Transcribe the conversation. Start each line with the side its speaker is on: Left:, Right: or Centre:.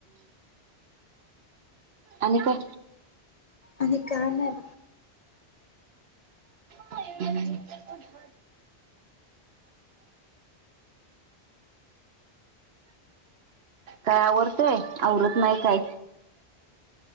Right: आणि काय?
Left: अ का नाही
Right: हम्म - काय आवरत आवरत नाही काय?